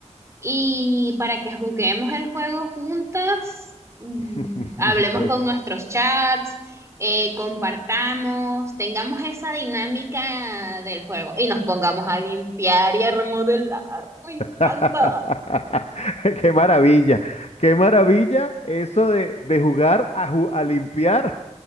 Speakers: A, on the right (about 25°); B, on the left (about 60°).
A: Y para que juguemos el juego juntas, mm,
B: <laughs>
A: hablemos
B: Qué
A: con nuestros chats, eh, compartamos, tengamos esa dinámica del juego y nos pongamos a limpiar y a remodelar. Me
B: <laughs>
A: encanta.
B: Qué maravilla, qué maravilla eso de, de jugar a, ju- a limpiar